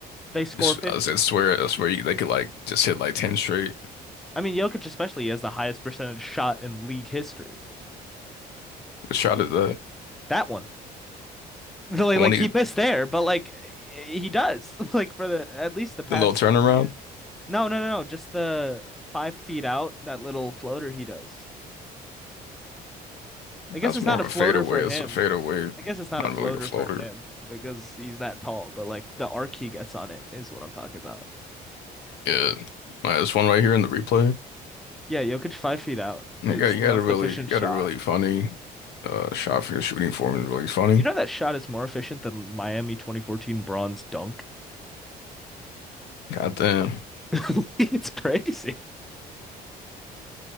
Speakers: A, in the centre; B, on the left.
A: They score
B: just,
A: 50.
B: I said, swear, I swear, you, they could like just hit like ten straight.
A: I mean, Jokic especially has the highest percentage shot in league history.
B: The shot at the
A: That one. <laughs> Like,
B: the
A: like
B: one he
A: he missed there, but like he does. <laughs> Like for the at least the past
B: the little turnaround,
A: 20 years. No, no, no, no. Just the five feet out, that little floater he does. I guess
B: that's
A: it's
B: more
A: not
B: of
A: a floater
B: a fadeaway.
A: for him.
B: It's a fadeaway,
A: I guess it's not a
B: not
A: floater
B: really a floater.
A: for him because he's that tall, but like the arc he gets on it is what I'm talking about.
B: Yeah, Like, this one right here in the replay.
A: Yeah, Jokic five feet out
B: You
A: is
B: got you
A: the
B: got
A: most
B: a really
A: efficient
B: you got
A: shot.
B: a really funny uh shot for your shooting form is really funny.
A: You know that shot is more efficient than Miami 2014 bronze dunk?
B: Goddamn.
A: <laughs> It's crazy.